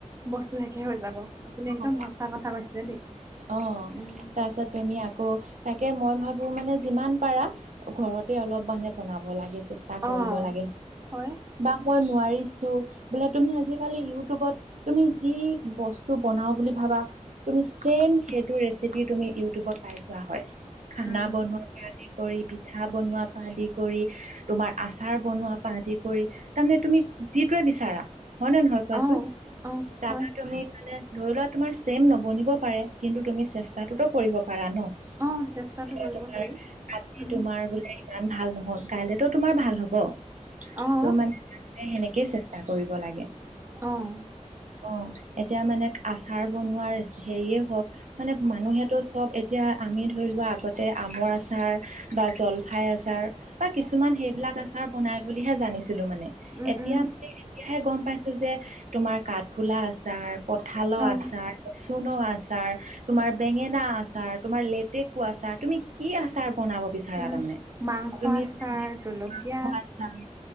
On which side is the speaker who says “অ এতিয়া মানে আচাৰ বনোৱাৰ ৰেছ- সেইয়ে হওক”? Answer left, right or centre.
Right